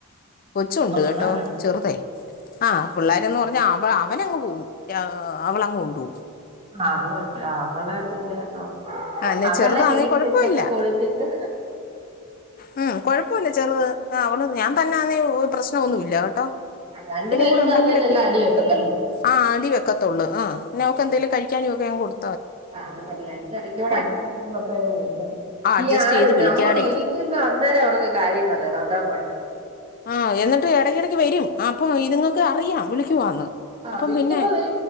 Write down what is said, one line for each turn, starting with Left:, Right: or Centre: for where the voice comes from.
Left: കൊച്ചുണ്ട്
Right: ആ പിള്ളേരുണ്ട്
Left: കേട്ടോ ചെറുതെ ആഹ് പുള്ളാരന്ന് പറഞ്ഞ അവ അവ അവനങ്ങ് പോകും രാ അവളങ്ങ് കൊണ്ട് പോം
Right: ആ അത് കൊഴപ്പില്ല അവളെ പിന്നെ നോക്ക
Left: ആ എന്നെ
Right: അതല്ല
Left: ചെറുതാന്നേ
Right: ടി വി
Left: കുഴപ്പമില്ല
Right: വെച്ചൊക്കെ കൊടുത്തിട്ട്
Left: ഉം കൊഴപ്പല്ല ചെറുത് അ അവള് ഞാൻ തന്നാന്നെ പ്രശ്നൊന്നുല്ല കേട്ടോ
Right: രണ്ടു
Left: ഇവനും
Right: പേരൂടെ
Left: കൂടെ ഉണ്ടെങ്കിലൊക്കെയാ
Right: അന്നേലല്ലേ അടി വെക്കത്തുള്ളൂ
Left: ആഹ് അടി വെ ഒക്കത്തൊള് ആഹ് പിന്നെ അവക്ക് എന്തെലും കഴിക്കാനുംക്കെ ഞാൻ കൊടു
Right: ആഹ് അത് മതി ആയിന്റെ എടക്കൂടെ <inaudible>
Left: ആ അഡ്ജസ്റ്റ്
Right: ഇയാൻ
Left: ചെയ്ത് വിളിക്കാടെ
Right: നമ്മളിരി രിക്കുമ്പോ അന്നേരം അവർക്ക് കാര്യം പറയണം അതാ കൊഴപ്പം
Left: ആഹ് എന്നിട്ട് എടക്കടക്ക് വരും അപ്പൊ ഇത്ങ്ങക്ക് അറിയാം വിളിക്കുവാന്ന്
Right: ആഹ്
Left: അപ്പം
Right: വിളിക്കുമ്പോ
Left: പിന്നെ
Right: വ